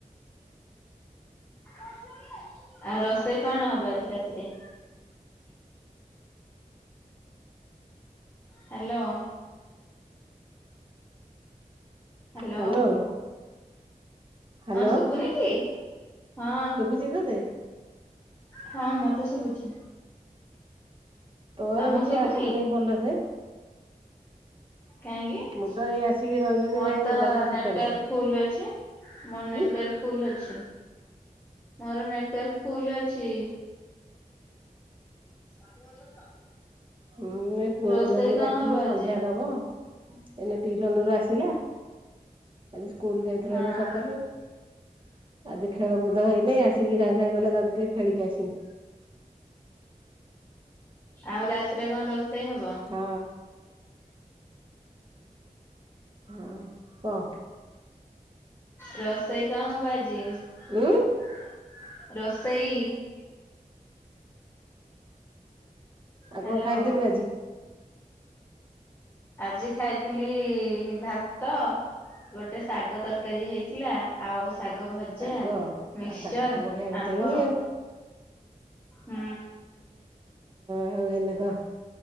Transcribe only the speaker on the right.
ହାଲୋ ହାଲୋ
ଶୁଭୁଛି ତତେ
ତୋର
କିଛି
ଆସୁନି ଭଲସେ।
ମୁଁ ତ ଏଇ ଆସିକି ରହିଲିଣି
ଯାଇ
ଗଡା ସେକରେ
ଉଁ
ହୁଁ ଏ ପୁଅ
କୁ ଯାଉଛି
ଡାକିବି
ସନ୍ଧ୍ୟା
ଦବ ଏଇନା ଟିସନରୁ ଆସିଲା। ଆଜି ସ୍କୁଲ ଯାଇଥିଲା
ତ ସକାଳୁ। ଆଜି ଖେଳକୁଦ ହେଇନି ଆସିକି ସାଙ୍ଗେ ସାଙ୍ଗେ କହିଲା ଯାଉଛି ଟିକେ ଖେିଳିକି ଆସିବି।
ହଁ। ହଁ କହ?
ଉଁ।
ଆଉ
କଣ ଖାଇଥିଲୁ ଆଜି?
ଶାଗ
ଆଉ ଶାଗ ତ ବଢିଆ ଭିଟାମିନ
ଆଉ।
ହଉ ଏନ ତ